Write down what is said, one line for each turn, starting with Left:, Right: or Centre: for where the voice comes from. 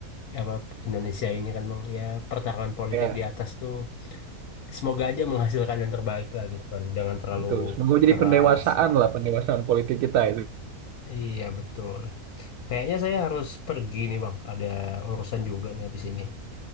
Left: apa Indonesia ini kan bang. Ya pertarungan politik
Right: Ya,
Left: di atas tuh semoga aja menghasilkan yang terbaik lah gitu kan. Jangan terlalu
Right: betul. Semoga jadi
Left: keras.
Right: pendewasaan lah pendewasaan politik kita itu.
Left: Iya betul. Kayaknya saya harus pergi nih bang. Ada urusan juga nih habis ini.